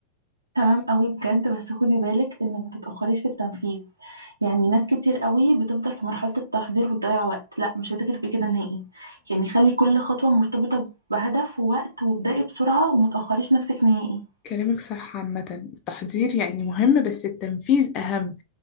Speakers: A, on the right; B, on the left.
A: تمام قوي بجد بس خدي بالك انك ما تتاخريش في التنفيذ يعني ناس كتير قوي بتفضل في مرحله التحضير وتضيع وقت لا مش عايزاكي تبقي كده نهائي يعني خلي كل خطوه مرتبطه بهدف ووقت وابدأي بسرعه وما تاخريش نفسك نهائي
B: كلامك صح عامة التحضير يعني مهم بس التنفيذ أهم